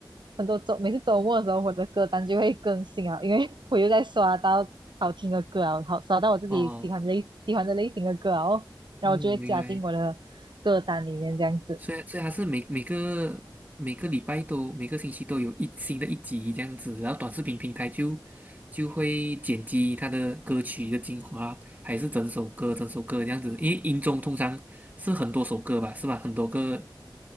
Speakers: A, on the right (about 70°); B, on the right (about 20°).
A: 很多周每次周末的时候，我的歌单就会更新啊，因为 <laughs> 我又在刷到好听的歌啊，好刷到我自己喜欢类喜欢的类型的歌啊哦，
B: 哦，
A: 然后我就会加进我的歌单里面这样子。
B: 嗯，明白。所以所以还是每每个每个礼拜都每个星期都有一新的一集这样子，然后短视频平台就就会剪辑它的歌曲的精华，还是整首歌整首歌这样子？因为音综通常是很多首歌吧，是吧？很多个，